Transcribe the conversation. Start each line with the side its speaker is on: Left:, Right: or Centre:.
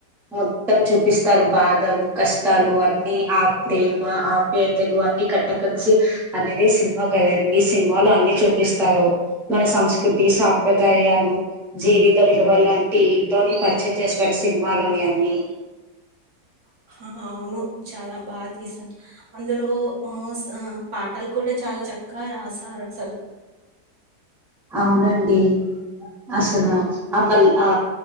Centre: మొత్తం చూపిస్ తరు బాధలు కష్టాలు అన్ని ఆ ప్రేమ ఆప్యా తెలు అన్ని కట్ట కలిసి అనేదే సి ఒక రండి సినిమాలు అన్ని చూపిస్తారు మన సంస్కృతి సాంప్రదాయాలు జీవిత విలువలు అంటే ఎంటో అని పరిచయం చేస్తారు సినిమాలోని అన్ని
Right: హ అవును చాలా బా తీసారు అందులో ఒ స పాటలు కూడా చాలా చక్క అ రాశారు అస్సలు
Centre: అవునండి అసలు ఆ మలి ఆ